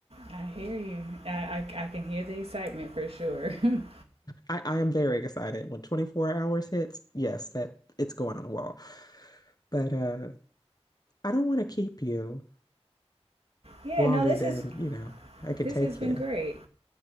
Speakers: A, on the right; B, on the left.
A: I hear you. I, I, I can hear the excitement for sure. <laughs>
B: I, I am very excited when 24 hours hits. Yes, that it's going on the wall. But uh I don't want to keep you
A: yeah,
B: longer
A: no, this
B: than,
A: is
B: you know, I can
A: this
B: take
A: has been
B: you.
A: great.